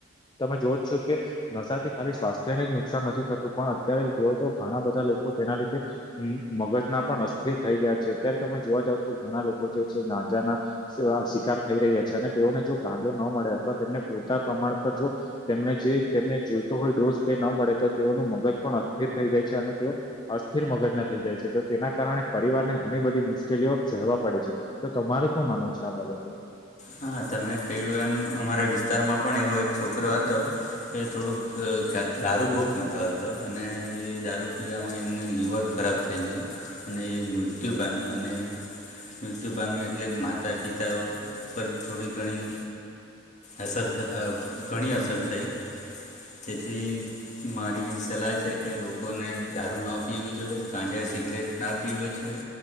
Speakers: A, on the left; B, on the left.
A: તમે જોવો જ છો કે નશાથી ખાલી સ્વાસ્થ્યને જ નુકસાન નથી થતું પણ અત્યારે જો તો ઘણા બધા લોકો તેના લીધે મગજના પણ અસ્થિર થઈ ગયા છે. અત્યારે તમે જોવા જાવ તો ઘણા લોકો જે છે ગાંજાના શિકાર થઈ રહ્યા છે અને તેઓને જો ગાંજો ન મળે અથવા તેમને પૂરતા પ્રમાણ પર જો તેમને જે તેમને જોઈતો હોય ડોષ તે ન મળે તો તેઓનું મગજ પણ અસ્થિર થઈ જાય છે અને તેઓ અસ્થિર મગજના થઈ જાય છે. તો તેના કારણે પરિવારને ઘણી બધી મુશ્કેલીઓ સહેવા પડે છે. તો તમારે શું માનવું છે આ બાબતે?
B: હા તમે કહ્યું એમ અમારા વિસ્તારમાં પણ એવો એક છોકરો હતો. એ થોડુંક દારૂ બહુ પીતા હતો અને એ દારૂ પીવામાં એમને લીવર ખરાબ થઈ ગયું અને એ મૃત્યુ પામ્યો અને મૃત્યુ પામ્યો એટલે માતા પિતાઓ પર થોડી ઘણી અસર અ ઘણી અસર થઈ. તેથી મારી સલાહ છે કે લોકોને દારૂ ના પીવું જોઈએ ગાંજિયા સિગરેટ ના પીવું જોઈએ.